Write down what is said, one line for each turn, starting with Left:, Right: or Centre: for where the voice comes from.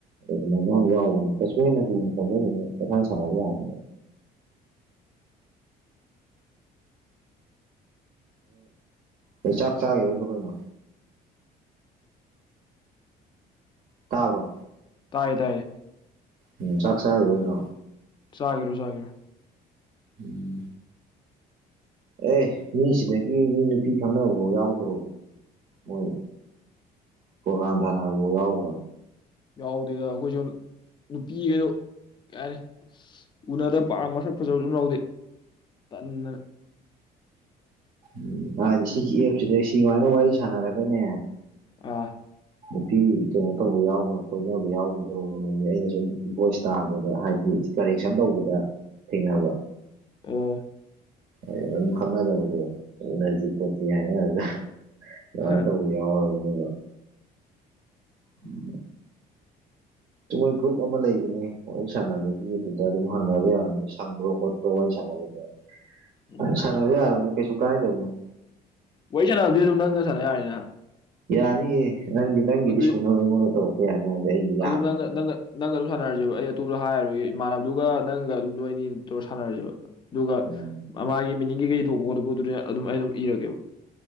Right: ꯑꯗꯨꯅ ꯅꯉꯣꯟ ꯌꯥꯎꯕꯅꯦ ꯀꯩꯁꯨ ꯍꯦꯟꯅ ꯂꯨꯅ ꯈꯟꯖꯔꯤꯅꯦ ꯀꯩꯁꯥꯟ ꯁꯥꯟꯅꯕ ꯌꯥꯕꯅꯦ ꯑꯩ ꯆꯥꯛ ꯆꯥꯈꯤꯕ ꯑꯗꯨ ꯀꯩꯅꯣ ꯇꯥꯕ꯭ꯔꯣ
Left: ꯇꯥꯏꯌꯦ ꯇꯥꯏꯌꯦ
Right: ꯎꯝ ꯆꯥꯛꯁ ꯍꯥꯏ꯭ꯔꯣ
Left: ꯁꯥꯥꯒꯤꯔꯣ ꯁꯥꯥꯒꯤꯔꯣ
Right: ꯎꯝ ꯑꯦ ꯃꯤꯁꯤꯗꯒꯤ ꯃꯤ ꯅꯨꯄꯤ ꯈꯪꯅꯕꯐꯥꯎ ꯌꯥꯎꯗ꯭ꯔꯨꯕꯅꯦ ꯃꯣꯏ ꯄ꯭ꯔꯣꯒꯥꯟ ꯊꯥꯅꯕꯕꯨ ꯌꯥꯎꯈ꯭ꯔꯣ
Left: ꯌꯥꯎꯗꯦꯗ ꯑꯩꯈꯣꯏꯁꯨ ꯅꯨꯄꯤꯈꯩꯁꯨ ꯀꯩ ꯍꯥꯏꯅꯤ ꯎꯅꯗꯕ ꯄꯥꯔ ꯃꯁꯛ ꯐꯖꯕꯁꯨ ꯎꯅꯔꯧꯗꯦ ꯇꯗꯅ
Right: ꯎꯝ ꯍꯥꯏꯗꯤ ꯁꯤꯒꯤ ꯑꯦꯞꯁꯤꯗ ꯁꯤꯃꯥꯏꯅ ꯋꯥꯔꯤ ꯁꯥꯟꯅꯔꯒꯅꯦ
Left: ꯑ
Right: ꯅꯨꯄꯤ ꯀꯩꯅꯣ ꯇꯧꯕ ꯌꯥꯎꯕ꯭ꯔꯥ ꯀꯣꯏꯅꯕ ꯌꯥꯎꯈꯤꯗ꯭ꯔꯣ ꯅꯣꯡꯒꯤ ꯑꯩꯅ ꯁꯨꯝ ꯚꯣꯏꯁ ꯇꯥꯕꯗ ꯍꯥꯏꯗꯤ ꯀꯔꯦꯛꯁꯟ ꯇꯧꯕꯗ ꯊꯦꯡꯅꯕ
Left: ꯑꯣ
Right: ꯑꯗꯨ ꯑꯗꯨꯝ ꯈꯪꯅꯗꯕꯗꯣ ꯎꯅꯁꯤ ꯈꯣꯠꯁꯤ ꯍꯥꯏꯅꯔꯒ
Left: ꯍ
Right: ꯑꯗꯣ ꯌꯥꯎ <unintelligible> ꯃꯣꯏ ꯒ꯭ꯔꯨꯞ ꯑꯃ ꯂꯩꯕꯅꯦ ꯋꯥꯔꯤ ꯁꯥꯟꯅꯕꯒꯤ ꯑꯗꯨꯗ ꯑꯗꯨꯝ ꯍꯪꯅꯕ ꯌꯥꯅꯤ ꯁꯪꯕ꯭ꯔꯥ ꯈꯣꯠꯄ꯭ꯔꯣ ꯋꯥꯔꯤ ꯁꯥꯟꯅꯕꯅꯦ
Left: ꯎꯝ
Right: ꯑ ꯁꯅꯕ ꯌꯥꯕꯅꯤ ꯀꯩꯁꯨ ꯀꯥꯏꯗꯕꯅ
Left: ꯋꯥꯔꯤ ꯁꯥꯟꯅꯕꯗꯤ ꯑꯗꯨꯝ ꯅꯪꯒ ꯁꯥꯟꯅ ꯌꯥꯔꯅꯤꯅ
Right: ꯌꯥꯅꯤꯌꯦ ꯅꯪꯗꯤ ꯅꯪꯒꯤꯗꯤ
Left: ꯑꯗꯨꯗꯤ
Right: ꯁꯨꯅꯕ ꯑꯩꯉꯣꯟꯗ ꯇꯧꯔꯛꯄ ꯌꯥꯅꯤ ꯍꯥꯏꯗꯤ ꯑꯩꯒꯤ ꯌꯥꯝꯃꯕꯅꯤꯅ
Left: ꯑꯗꯨꯝ ꯅꯪ ꯅꯪ ꯅꯪꯒ ꯑꯗꯨꯝ ꯁꯥꯟꯅꯔꯁꯦꯕ ꯑꯩ ꯑꯇꯣꯞꯄꯗ ꯍꯥꯏꯔꯣꯏ ꯏꯃꯥꯟꯅꯕꯗꯨꯒ ꯅꯪꯒ ꯑꯗꯨꯝ ꯅꯣꯏ ꯑꯅꯤ ꯇꯧꯔ ꯁꯥꯟꯅꯔꯁꯦꯕ ꯑꯗꯨꯒ
Right: ꯎꯝ
Left: ꯃꯥꯒꯤ ꯃꯤꯅꯤꯡꯒꯤ ꯀꯩ ꯊꯣꯛꯄ ꯈꯣꯠꯕꯨ ꯑꯗꯨꯗꯤ ꯑꯗꯨꯝ ꯑꯩ ꯑꯗꯨꯝ ꯏꯔꯒꯦꯕ